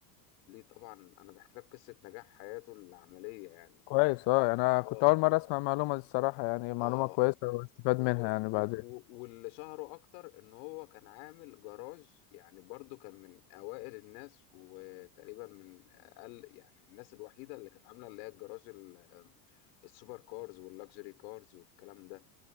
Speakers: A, on the left (about 70°); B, on the left (about 55°).
A: طبعا انا بحكي لك قصة نجاح حياته العملية يعني
B: كويس
A: تمام
B: اه يعني انا
A: اه
B: كنت اول مرة اسمع المعلومة دي الصراحة يعني معلومة
A: اه
B: كويسة واستفاد
A: و-
B: منها يعني
A: و-
B: بعدين
A: و- واللي شهره اكتر ان هو كان عامل جراج يعني برضو كان من اوائل الناس وتقريبا من اقل يعني الناس الوحيده اللي كانت عامله اللي هي الجراج ال- السوبر كارز واللاكجري كارز والكلام ده